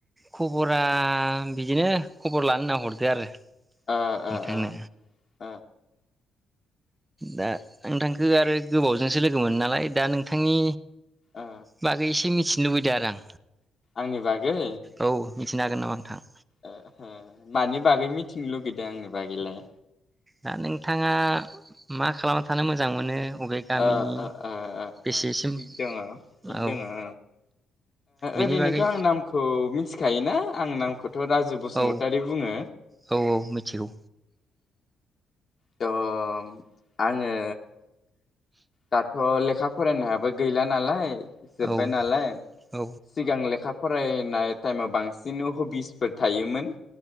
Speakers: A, on the right; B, on the left.
A: खबरा आं बिदिनो खबर लानो होनना हरदो आरो।
B: ओ
A: नोंथांनो
B: ओ ओ।
A: दा नोंथांखो आरो गोबावजोंसो लोगो मोनो नालाय दा नोंथांनि
B: ओ
A: बागै एसे मि लुबैदो आरो आं।
B: आंनि बागै।
A: औ मिथिनो हागोन नामा नोंथां?
B: ओ हो मानि बागै मिथिनो लुगैदों आंनि बागैलाय?
A: दा नोंथाङा मा खालामना थानो मोजां मोनो? अबे गामिनि
B: ओ ओ ओ
A: बेसेसिम
B: ओ थिग दङ थिग
A: औ
B: दङ ओ
A: बेनि
B: ओरैनोथ'
A: बागै
B: आं नामखौ मिथिखायोना आं नामखौथ' राजु बसुमतारी
A: औ
B: बुङो।
A: औ औ मिथिगौ
B: थ' आङो दाथ' लेखा फरायनायाबो गैला नालाय जोब्बाय
A: औ
B: नालाय
A: औ
B: सिगां लेखा फरायनाय टाइमाव बांसिन हबिसफोर थायोमोन